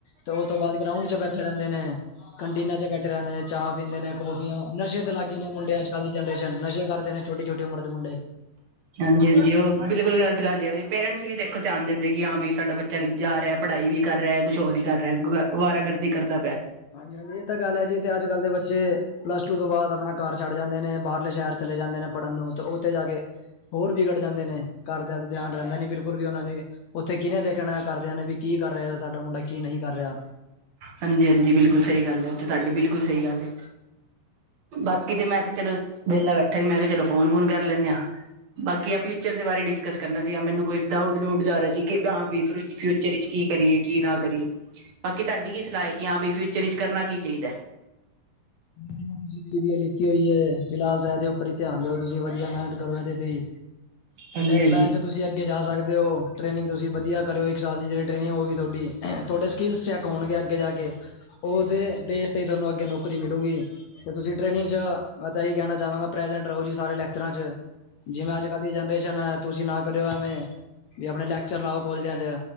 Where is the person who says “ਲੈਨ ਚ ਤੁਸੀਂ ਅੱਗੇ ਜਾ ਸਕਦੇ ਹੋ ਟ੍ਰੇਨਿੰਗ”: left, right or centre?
Left